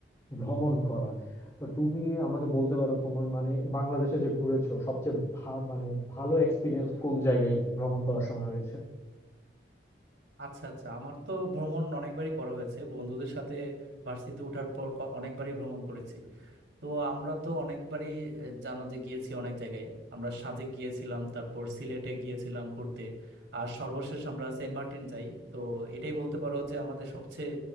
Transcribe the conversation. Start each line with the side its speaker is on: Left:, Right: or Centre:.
Left: ভ্রমণ করা তো তুমি আমাকে বলতে পারো তুমি মানে বাংলাদেশে যে ঘুরেছো সবচেয়ে ভা- মানে ভালো এক্সপিরিয়েন্স কোন জায়গায় ভ্রমণ করার সময় হয়েছে
Right: আচ্ছা আচ্ছা আমার তো ভ্রমণ অনেকবারই করা হয়েছে বন্ধুদের সাথে ভার্সিটিতে ওঠার পর ক- অনেকবারই ভ্রমণ করেছি তো আমরা তো অনেকবারই আহ, জানো যে গিয়েছি অনেক জায়গায় আমরা সাজেক গিয়েছিলাম তারপর সিলেটে গিয়েছিলাম ঘুরতে আর সর্বশেষ আমরা সেন্ট মার্টিন যাই তো এটাই বলতে পারো যে আমাদের সবচেয়ে